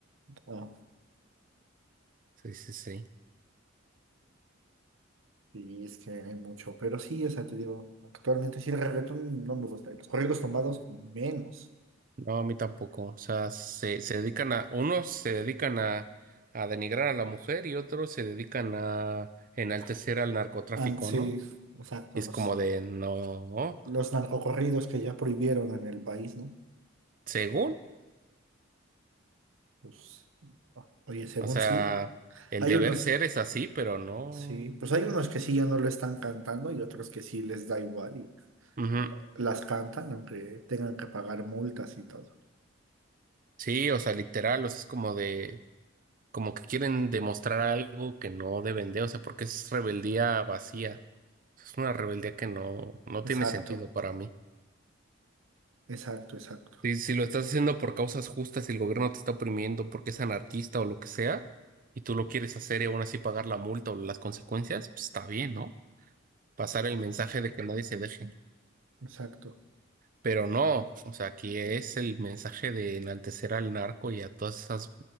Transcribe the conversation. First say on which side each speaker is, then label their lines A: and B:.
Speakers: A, on the right; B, on the right.
A: Ah.
B: Sí, sí, sí.
A: Y es que hay mucho, pero sí, o sea, te digo, actualmente sí el reggaetón no me gusta, y los corridos tumbados menos.
B: No, a mí tampoco. O sea, se, se dedican a, unos se dedican a, a denigrar a la mujer y otros se dedican a enaltecer
A: Ah,
B: al narcotráfico,
A: ah, sí,
B: ¿no?
A: exacto,
B: Y es
A: los,
B: como de, no,
A: los narcocorridos que ya prohibieron en el país, ¿no?
B: según.
A: Pues, ah, oye, según
B: O sea,
A: sí,
B: el
A: hay
B: deber
A: unos,
B: ser es así, pero no.
A: sí, pues hay unos que sí ya no lo están cantando y otros que sí les da igual y
B: Ujú.
A: la- las cantan, aunque tengan que pagar multas y todo.
B: Sí, o sea, literal, o sea, es como de, como que quieren demostrar algo que no deben de, o sea, porque es rebeldía vacía. Es una rebeldía que no, no tiene
A: Exacto,
B: sentido para mí.
A: exacto, exacto,
B: Si, si lo estás haciendo por causas justas y el gobierno te está oprimiendo porque es anarquista o lo que sea, y tú lo quieres hacer y aún así pagar la multa o las consecuencias, pues está bien, ¿no? Pasar el mensaje de que nadie se deje.
A: exacto,
B: Pero no, o sea, aquí es el mensaje de enaltecer al narco y a todas esas